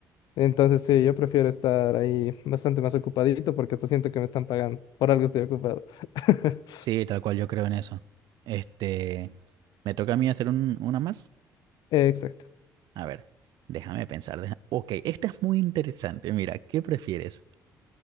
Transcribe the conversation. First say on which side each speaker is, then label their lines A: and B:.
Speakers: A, on the left (about 70°); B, on the right (about 70°).
A: Entonces sí, yo prefiero estar ahí bastante más ocupadito porque hasta siento que me están pagando. Por algo estoy ocupado. <laughs>
B: Sí, tal cual, yo creo en eso. Este, me toca a mí hacer un- una más.
A: Exacto.
B: A ver, déjame pensar. deja- Ok, esta es muy interesante. Mira, ¿qué prefieres?